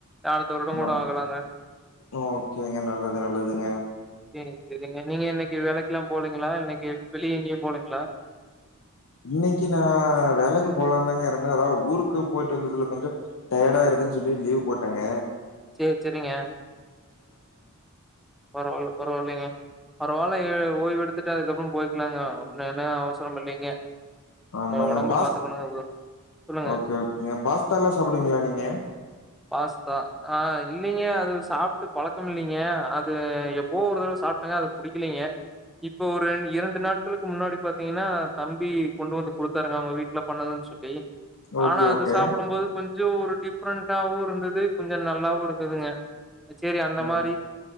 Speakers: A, in the centre; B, on the left (about 65°).
A: அடுத்த வருடம்
B: நா
A: கூட ஆகலாங்க.
B: ஓக்கேங்க நல்லது நல்லதுங்க
A: செரி செரிங்க நீங்க இன்னிக்கு வேலைக்லா போலங்ளா இன்னைக்கு வெளிய எங்கயு போலங்ளா
B: இன்னைக்கு நா வேலைக்கு போலான்ந்தாங்க இருந்தே அதா ஊருக்கு போயிட்டு வந்ததுல கொஞ்சோ டயடா இருக்குன் சொல்லி லீவ் போட்டங்க
A: சேர் செரிங்க பரவால பரவால்லைங்க பரவால்ல எ ஓய்வு எடுத்துட்டு அதுக்கப்றோ போய்க்லாங்க ஒன்னு என்ன அவசரம் இல்லைங்க
B: ஆமாங்க
A: நம்ம உடம்ப
B: பாஸ்
A: பாத்துக்கணுங்க. சொல்லுங்க.
B: ஓக்கே ஓக்கேங்க பாஸ்தால்லா சாப்டுவிங்ளா நீங்க
A: பாஸ்தா ஆ இல்லைங்க அது சாப்ட்டு பழக்கம் இல்லிங்க அது எப்போ ஒரு தடவ சாப்ட்டங்க அது புடிக்கலிங்க இப்ப ஒரு எ இரண்டு நாட் க்களுக்கு முன்னாடி பாத்தீங்னா தம்பி கொண்டு வந்து குடுத்தாருங்க அவுங்க வீட்ல பண்ணதுன் சொல்லி
B: ஓகே
A: ஆனா அது
B: ஓகே.
A: சாப்டும் போது கொஞ்சோ ஒரு டிஃப்ரெண்டாவு இருந்தது கொஞ்சோ நல்லாவு இருந்ததுங்க சேரி அந்த
B: நல்
A: மாரி